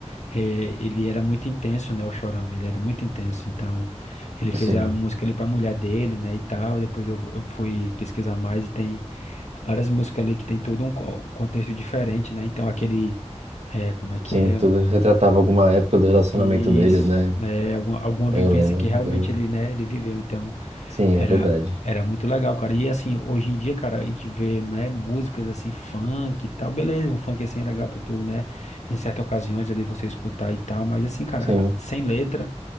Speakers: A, on the left (about 80°); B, on the right (about 70°).
A: é, ele era muito intenso, né, o Chorão, ele era muito intenso, então ele fez
B: Sim.
A: a música ali pra mulher dele, né, e tal, depois eu, eu fui pesquisar mais e tem várias músicas ali que tem todo um co- um contexto diferente, né, então aquele, é, como é que
B: Sim,
A: é?
B: tudo retratava alguma época do relacionamento
A: Isso,
B: deles, né?
A: né, alguma, alguma vivência
B: Eu lembro.
A: que realmente
B: Eu...
A: ele, né, ele viveu, então
B: Sim,
A: era,
B: é verdade.
A: era muito legal, cara, e assim, hoje em dia, cara, a gente vê, né, músicas assim, funk e tal, beleza, um funk assim é legal pra tu, né, em certas ocasiões ali você escutar e tal, mas assim, cara,
B: Sim.
A: sem letra,